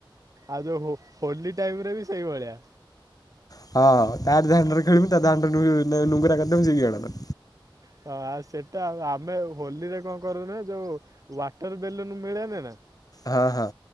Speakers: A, on the right (about 40°); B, on the left (about 45°).
A: ଆଉ ଯୋଉ ହୋଲି ଟାଇମ ରେ ବି ସେଇଭଳିଆ।
B: ହଁ ତାର ଭାଣ୍ଡଡା ଖେଳ ମି ତ ଭଣ୍ଡଡା ନୁଙ୍ଗରା ଏକଦମ
A: ହ ଆ ସେଟା ଆମେ ହୋଲିରେ କଣ କରୁନା ଯୋଉ? ୱାଟର ବେଲୁନ ମିଳେ ନି ନା
B: ହଁ ହଁ।